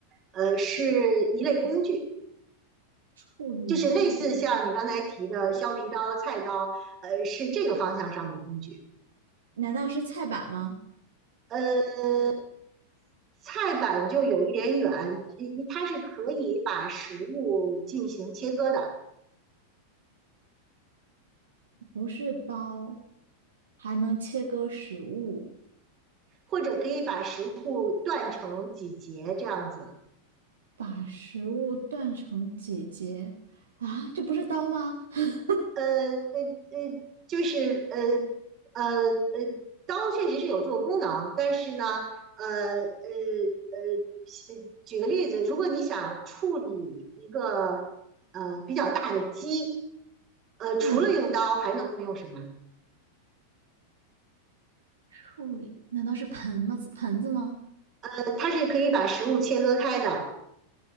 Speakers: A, on the right; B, on the right.
A: 呃，是一类工具，
B: 处理肉的时候，
A: 就是类似像你刚才提的削皮刀、菜刀，呃，是这个方向上的工具。
B: 难道是菜板吗？
A: 呃，菜板就有一点远，一它是可以把食物进行切割的，
B: 不是刀，还能切割食物，
A: 或者可以把食物断成几节这样子。
B: 把食物断成几节啊？这不是刀吗？<laughs>
A: 呃呃呃，就是呃呃呃，刀确实是有这个功能，但是呢，呃呃呃，举个例子，如果你想处理一个呃比较大的鸡，呃，除了用刀还能用什么？
B: 嗯，处理，难道是盆吗？盆子吗？
A: 呃，它是可以把食物切割开的。